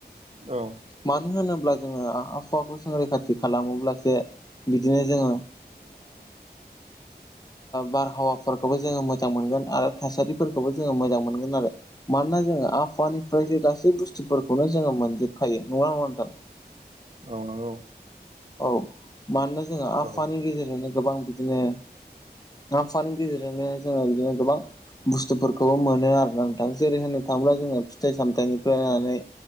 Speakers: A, on the right; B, on the left.
A: औ
B: मानो होनोब्ला जोङो आहावाखौ जों रैखाथि खालामोब्लासो बिदिनो जोङो बारहावाफोरखौबो जोङो मोजां मोनगोन आरो थासारिफोरखौबो जोङो मोजां मोनगोन आरो मानोना जोङो आफानिफ्रायसो गासै बुस्थुफोरखौनो जोङो मोनजोबखायो नंा नङा नोंथां
A: औ नंगौ
B: औ मानोना जोंहा आफानि
A: औ
B: गेजेरजोंनो गोबां बिदिनो आाहुवानि गेजेरजोंनो जोङो बिदिनो गोबां बुस्थुफोरखौबो मोनो आरोा नोंथां जेरैहाय नोंथांब्ला जोङो फिथाइ सामथायाइनिफ्राय नायनानै